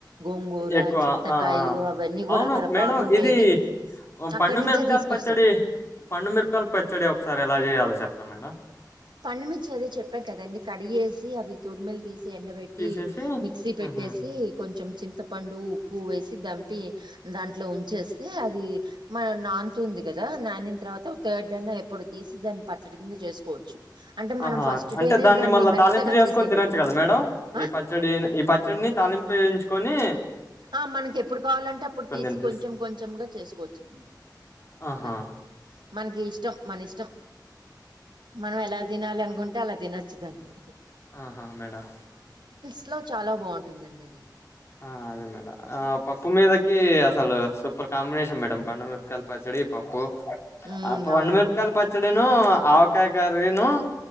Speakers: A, on the right (about 90°); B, on the left (about 35°).
A: గోంగూర
B: ఎక్కువ
A: చింతకాయలు
B: ఆ ఆ.
A: అవన్నీ కూడా
B: అవును
A: అక్కడ
B: మేడం
A: బాగుంటాయని
B: ఇది పండు
A: అక్కడి నుంచే
B: మిరకాయలు
A: తీసుకొస్తాం
B: పచ్చడి పండుమిిరపకాయలు పచ్చడి ఒకసారి ఎలా చేయాలో చెప్పరా మేడం
A: పండుమిర్చి అదే చెప్పాను కదండి కడిగేసి అవి తొడుమిలి తీసి ఎండబెట్టి
B: తీసేసి
A: మిక్సీ పెట్టేసి
B: ఉహు
A: కొంచెం చింతపండు పువ వేసి దంపి దాంట్లో ఉ చేస్తే అది మన నాన్తు ఉంది కదా నానిన తర్వాత థర్డ్ నా ఎప్పుడు తీసి దాని పచ్చ ఇటి కింద చేసుకోవచ్చు అంటే మనం
B: ఆహా
A: ఫస్ట్
B: అంటే
A: డేనే
B: దాన్ని మళ్ళా
A: మెత్తగా
B: తాలింపు చేసుకొని
A: చేసేయకూడదు
B: తినొచ్చు కదా మేడం
A: ఆ
B: ఈ పచ్చడి ఈ పచ్చడిని తి లిపోగించుకొని
A: ఆ మనకి ఎప్పుడు కావాలంటే అప్పుడు తీసి
B: తినిపిస్
A: కొంచెం కొంచెంగా చేసుకోవచ్చండి
B: ఆహా
A: అది మనకి ఇష్టం మన ఇష్టం మనం ఎలా తినాలి అనుకుంటే అలా తినొచ్చు దాన్ని
B: ఆహా మేడం
A: ఇట్ లో చాలా బాగుంటుందండి అది
B: ఆ అదే మేడం పప్పు మీదకి అసలు సూపర్ కాంబినేషన్ మేడం పండుమికాయ పచ్చడి పప్పు
A: హ్మ్.
B: ఆ పండుమిరపకాయ
A: అవునవును.
B: పచ్చడిను ఆవకాయ కర్రీను